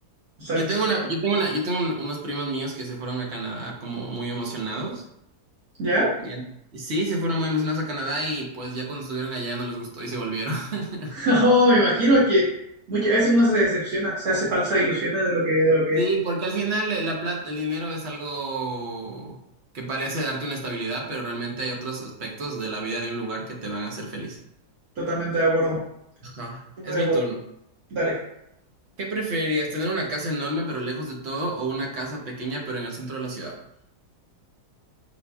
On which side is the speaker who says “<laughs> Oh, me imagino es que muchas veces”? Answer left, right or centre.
Right